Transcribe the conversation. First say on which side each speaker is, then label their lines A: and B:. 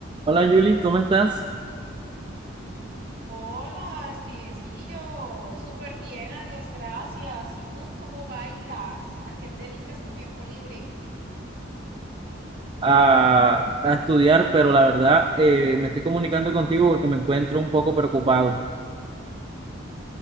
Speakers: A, on the right (about 25°); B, on the right (about 50°).
A: Hola Julie, ¿cómo estás?
B: Hola, Stevencillo, súper bien, adiós, gracias. ¿Y tú cómo bailas? ¿A qué te dedicas tu tiempo libre?
A: A, a estudiar, pero la verdad eh, me estoy comunicando contigo porque me encuentro un poco preocupado.
B: Mm,